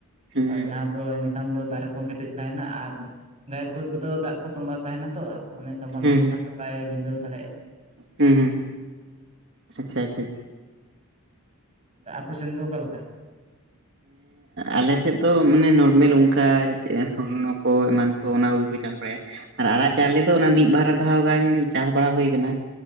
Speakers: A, on the right; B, on the right.
A: ᱦᱩᱸ
B: ᱟᱨ
A: ᱦᱩᱸ
B: ᱡᱟᱦᱟᱸ ᱫᱚ ᱮᱱᱟᱹᱠᱷᱟᱱ ᱫᱚ ᱫᱟᱨᱮ ᱠᱚ ᱠᱟᱹᱴᱤᱡ ᱛᱟᱦᱮᱱᱟ ᱟᱨ ᱜᱟᱭ ᱵᱟᱹᱫᱽ ᱨᱮᱫᱚ ᱫᱟᱜ ᱠᱚ ᱛᱚᱸᱵᱟᱣ ᱛᱟᱦᱮᱱᱟ ᱛᱚ ᱟᱫᱚ ᱚᱱᱮ ᱵᱟᱝ
A: ᱦᱩᱸ
B: ᱮᱱᱮᱠᱷᱟᱱ ᱫᱚ ᱵᱟᱭ ᱵᱷᱤᱸᱫᱟᱹᱲ ᱫᱟᱲᱮᱭᱟᱜᱼᱟ
A: ᱦᱮᱸ ᱦᱩᱸ ᱟᱪᱷᱟ ᱟᱪᱷᱟ
B: ᱟᱯᱮ ᱥᱮᱱ ᱫᱚ ᱚᱠᱟᱞ ᱞᱮᱠᱟ?
A: ᱟᱞᱮ ᱥᱮᱫ ᱫᱚ ᱢᱟᱱᱮ ᱱᱚᱨᱢᱮᱞ ᱚᱱᱠᱟ ᱥᱚᱨᱱᱚ ᱠᱚ ᱮᱢᱟᱱ ᱠᱚ ᱚᱱᱟ ᱠᱚᱜᱮ ᱠᱚ ᱪᱟᱥ ᱵᱟᱲᱟᱭᱟ ᱟᱨ ᱟᱲᱟᱜ ᱪᱟᱣᱞᱮ ᱫᱚ ᱚᱱᱟ ᱢᱤᱫ ᱵᱟᱨ ᱫᱷᱟᱣ ᱜᱟᱱ ᱪᱟᱥ ᱵᱟᱲᱟ ᱦᱩᱭ ᱟᱠᱟᱱᱟ᱾